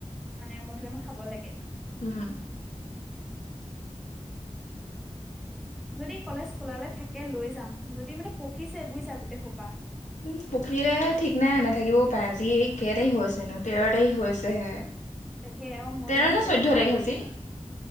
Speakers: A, in the centre; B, on the left (about 80°).
A: মানে মধুৰিআম খাব লাগে।
B: উম।
A: যদি কলেজ খোলালে থাকে লৈ যাম, যদি মানে পকিছে বুজিছা গোটেই খোপা।
B: উ পকিলে ঠিক নাই নাথাকিবও পাৰে, আজি এই কেই তাৰিখ হৈছেনো তেৰ তাৰিখ হৈছে হে
A: তাকে আৰু মধুৰিআম
B: তেৰ নে চৈধ্যয় তাৰিখ আজি?